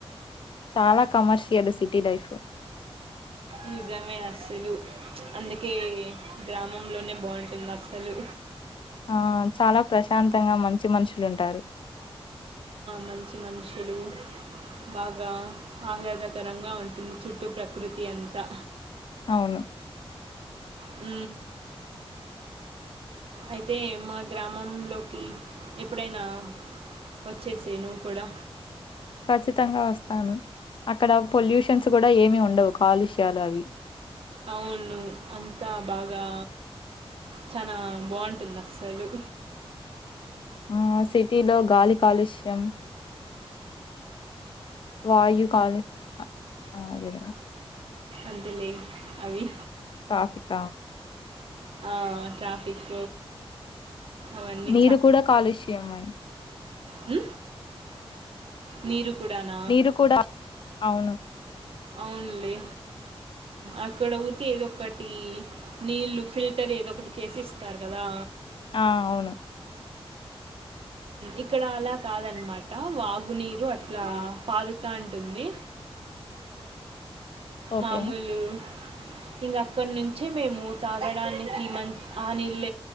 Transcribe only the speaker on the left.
చాలా కమర్షియల్ సిటీ లైఫ్
ఆ చాలా ప్రశాంతంగా మంచి మనుషులుంటారు
అవును
ఖచ్చితంగా వస్తాను అక్కడ పొల్యూషన్స్ కూడా ఏమిీ ఉండవు కాలుష్యాలు అవి
ఆ సిటీలో గాలి కాలుష్యం వాయు కాాల అ అదే
ట్రాఫిక
నీరు కూడా కాలుష్యమై
నీరు కూడా అవును
ఆ అవును
ఓకే.